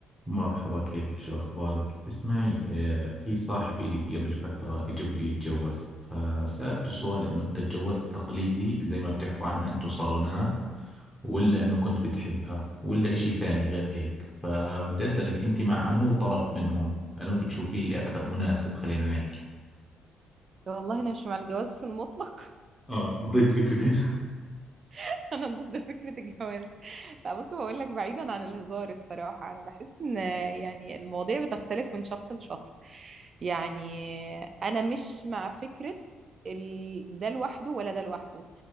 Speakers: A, in the centre; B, on the right.
A: مرحبا كيفك شو أخبارك؟ اسمعي آه، في صاحب إلي قبل فترة إجا بده يتجوز فسألته سؤال إنه أنت تجوزت تقليدي زي ما بتحكوا عنها أنتوا صالونات ولا إنه كنت بتحبها ولا إشي ثاني غير هيك فبدي أسألك أنت مع أنو طرف منهم أنو بتشوفيه اللي أكثر مناسب خلينا نحكي
B: والله انا مش مع الجواز في المطلق
A: اه ضد فكرة <laughs> ال-
B: <laughs> انا ضد فكره الجواز لا بص بقول لك بعيدا عن الهزار الصراحه انا بحس ان يعني المواضيع بتختلف من شخص لشخص يعني انا مش مع فكره ال... ده لوحده ولا ده لوحده